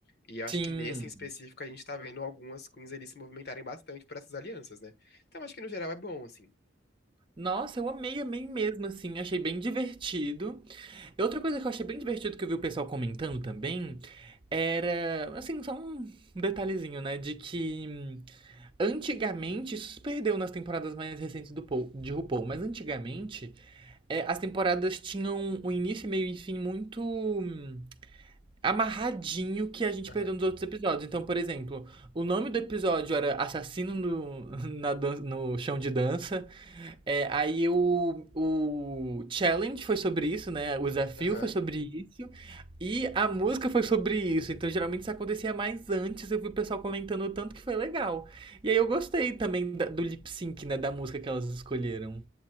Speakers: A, on the left; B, on the right.
A: E eu acho
B: Sim.
A: que nesse em específico a gente tá vendo algumas queens ali se movimentarem bastante por essas alianças, né? Então acho que no geral é bom, assim.
B: Nossa, eu amei, amei mesmo, assim. Achei bem divertido. E outra coisa que eu achei bem divertido que eu vi o pessoal comentando também era, assim, só um detalhezinho, né? De que hum, antigamente, isso se perdeu nas temporadas mais recentes do Paul, de RuPaul, mas antigamente é, as temporadas tinham um início, meio e fim muito. hum, amarradinho que a gente
A: Aham.
B: perdeu nos outros episódios. Então, por exemplo, o nome do episódio era Assassino no, <laughs> na dan- no chão de dança. É, aí o, o challenge foi sobre isso, né? O desafio
A: Aham.
B: foi sobre isso. E a música foi sobre isso. Então, geralmente isso acontecia mais antes. Eu vi o pessoal comentando o tanto que foi legal. E aí eu gostei também da- do lip sync, né? Da música que elas escolheram.